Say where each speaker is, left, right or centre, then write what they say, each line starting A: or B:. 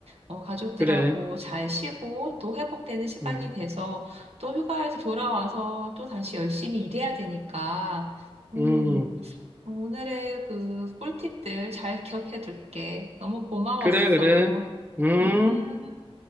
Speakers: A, on the right; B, on the right.
A: 어 가족들하고
B: 그래.
A: 잘 쉬고 또 회복되는 시간이
B: 음,
A: 돼서 또 휴가에서 돌아와서 또 다시 열심히 일해야 되니까 음,
B: 음,
A: 오늘의 그 꿀팁들 잘 기억해 둘게. 너무 고마웠어.
B: 그래, 그래. 음.
A: 음.